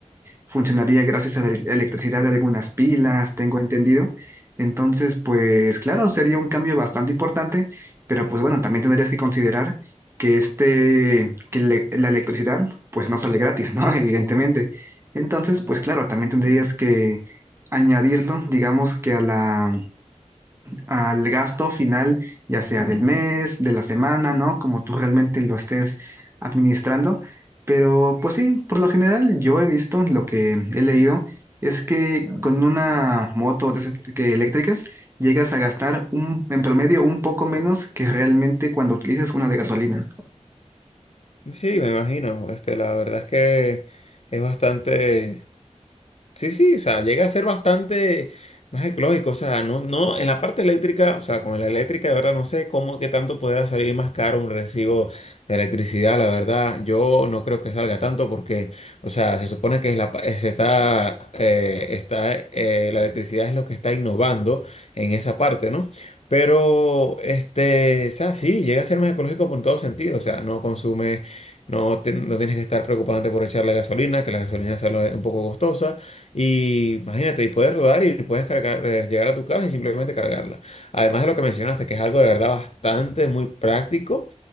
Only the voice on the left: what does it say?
Sí, me imagino. Este, la verdad es que es bastante. Sí, sí, o sea, llega a ser bastante más ecológico, o sea, no, no, en la parte eléctrica, o sea, con la eléctrica, de verdad, no sé cómo, qué tanto podrá salir más caro un recibo de electricidad, la verdad, yo no creo que salga tanto porque, o sea, se supone que es la, pa- se está, eh, está, eh, la electricidad es lo que está innovando en esa parte, ¿no? Pero, este, o sea, sí, llega a ser más ecológico por todo sentido, o sea, no consume, no, te- no tienes que estar preocupándote por echar la gasolina, que la gasolina sale un poco costosa. Y imagínate, y puedes rodar y puedes cargar, eh, llegar a tu casa y simplemente cargarla. Además de lo que mencionaste, que es algo de verdad bastante muy práctico.